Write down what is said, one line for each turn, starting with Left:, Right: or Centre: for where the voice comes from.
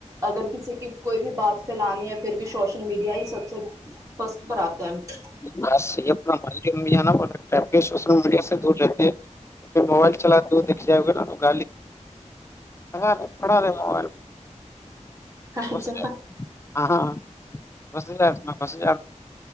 Right: اگر کسی کی کوئی بھی بات پھیلانی ہے پھر بھی سوشل میڈیا ہی سب سے فرسٹ پر آتا ہے
Left: بس یہ اپنا مل سوشل میڈیا سے دور رہتے موبائل چلاتے ہو دکھ جائے گا نگ سگا پڑا رہے م ب
Right: اچھا
Left: ج ہاں ہاں بسی جا میں بس ج